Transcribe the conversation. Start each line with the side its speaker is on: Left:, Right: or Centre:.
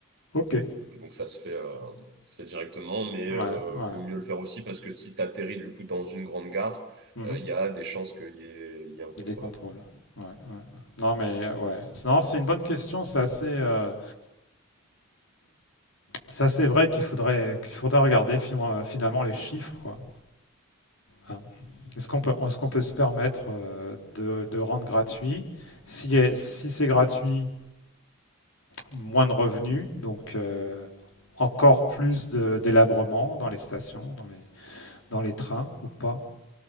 Left: Ok. Ouais,
Right: Donc ça se fait, euh, ça se fait directement, mais
Left: ouais.
Right: euh, vaut mieux le faire aussi parce que si tu atterris du coup dans une grande gare,
Left: mhm.
Right: euh, il y a des chances qu'il y ait, il y ait un contrôleur.
Left: Et des contrôles. Ouais, ouais. Non, mais euh, ouais. Non, c'est une bonne question. C'est assez, euh, c'est assez vrai qu'il faudrait, qu'il faudrait regarder fin- euh, finalement les chiffres, quoi. Ah. Est-ce qu'on peut, est-ce qu'on peut se permettre euh, de, de rendre gratuit? Si, si c'est gratuit, moins de revenus, donc euh, encore plus de- délabrement dans les stations, dans les, dans les trains ou pas?